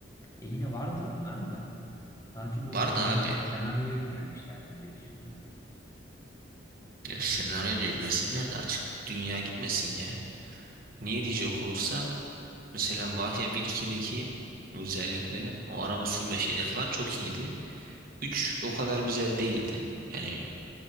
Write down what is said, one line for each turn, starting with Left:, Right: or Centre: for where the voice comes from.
Left: E, yine vardır onlar da. Daha çok böyle
Right: Vardı
Left: senaryo,
Right: abi.
Left: senaryoya yüklenmişlerdir diye düşündüm ben.
Right: Ya senaryo değil resimler de açık. Dünya gitmesin ya. Niye diyecek olursan mesela Mafya 1-2'deki özellikle o araba sürme şeyleri falan çok iyiydi. 3 o kadar güzel değildi. Yani